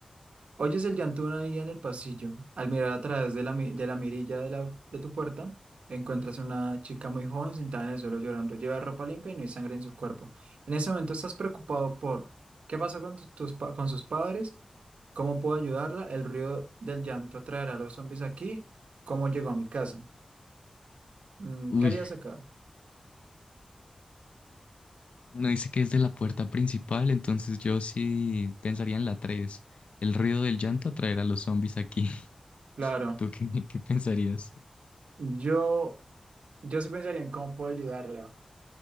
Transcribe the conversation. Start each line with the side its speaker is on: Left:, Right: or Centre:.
Right: Oyes el llanto de una niña en el pasillo. Al mirar a través de la, mi- de la mirilla de, la, de tu puerta, encuentras una chica muy joven sentada en el suelo llorando. Lleva ropa limpia y no hay sangre en su cuerpo. En ese momento estás preocupado por qué pasó con, tus, tus pa- con sus padres, cómo puedo ayudarla, el ruido del llanto traerá a los zombies aquí, cómo llegó a mi casa. Mm,
Left: Uy,
Right: ¿qué harías acá?
Left: uno dice que es de la puerta principal, entonces yo sí pensaría en la 3. El ruido del llanto atraerá a los zombies aquí. <laughs>
Right: Claro,
Left: ¿Tú qué, qué pensarías?
Right: yo, yo sí pensaría en cómo puedo ayudarla,